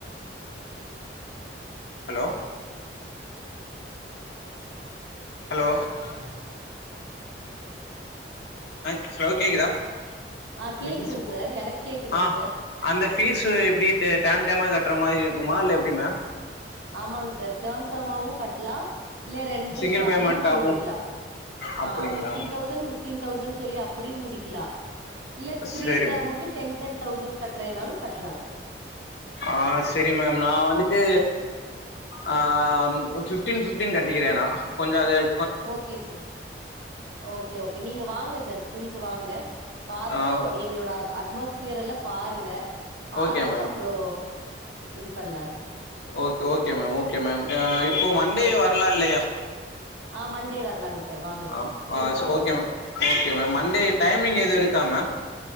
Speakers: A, on the left; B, on the right.
A: ஹலோ ஹலோ ஆ ஆக் சவு கேக்குதா
B: ஆ
A: அந்த
B: கேக்குதுங்
A: ஈசி போ
B: சார் எனக்கு கேக்குதுங்
A: ஆ
B: சார்
A: அந்த ஃபீஸ்ஸு எப்டி டே டேம் டேமா கட்ற மாறி இருக்குமா இல்ல எப்டி மேம்
B: ஆமாங் சார் டேம் டேமாவு கட்லா இல்ல ரெண்டு
A: சிங்கிள்
B: ஷாட்லயு
A: பேமெண்ட்டாவு
B: முடிக்ல்லா
A: அப்டிங்களா
B: ஆ பிஃப்டீன் தௌசண்ட் பிப்டீன் தௌசண் சொல்லி அப்டியு முடிக்கிலா இல்ல த்ரீ
A: சரி
B: டேம்க்கு
A: ம்
B: டென் டென் தௌசண் கட்றேனாலு கட்லா சார்
A: ஆ செரி மேம் நா வந்துட்டு ஆ பிப்டீன் பிப்டீன் கட்டிக்கிறே நா கொஞ்சோ அது ஐ
B: ஓகே சார் ஓகே ஓகே நீங்க வாங்க சார் ஸ்கூலுக்கு வாங்க பாத்து
A: ஆ
B: ஒ எங்களோட அட்மாஸ்பியரெல்லா பாருங்க பாத்துட்டு
A: ஓகே மேம்
B: அப்றோ இது பண்லாங்
A: okay okay ma'am okay ma'am அ இப்போ
B: ஓகே
A: மண்டே
B: சார்
A: வரலா இல்லையா
B: ஆ மண்டே வரலாங்க சார் வாங்க
A: ஆ
B: சார் இருப்பாங்க
A: ஆ ஓகே
B: வாங்க
A: ma'am okay ma'am Monday timing எது இருக்கா ma'am